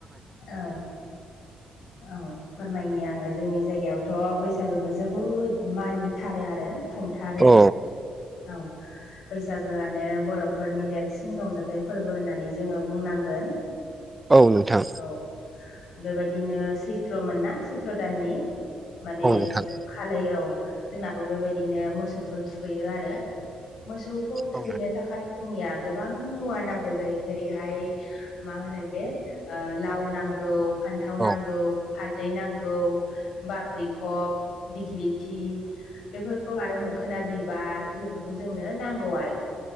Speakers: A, on the left (about 70°); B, on the right (about 15°).
A: औ औ फोरमायनि आङो जोंनि जायगायावथ' बैसागोखौ जोबोद मानिथारो आरो खुं थारो
B: औ
A: औ बैसागोआनो बर'फोरनि देरसिन रंजाथाइ फोरबो होननानै जोङो बुंनांगोन।
B: औ नोंथां
A: औ बेबायदिनो सैथ्र' मोन ना सैथ्र' दाननि माने
B: औ नोंथां
A: जो खालै औ जोंनाबो बेबायदिनो मोसौखौ थुखैयो आरो मोसौखौ थुखैनो
B: औ नोंथां
A: थाखाय जोंनिया गोबां मुवा नांगौ जायो जेरैहाय मा होनो बे ओ लाव नांगौ फान्थाव नांगौ
B: औ
A: हालदै नांगौ बाब्रिखब दिग्लिथि बेफोरखौ आरो मोखोना बिबार बेफोरखौ जोंनो नांगौ आरो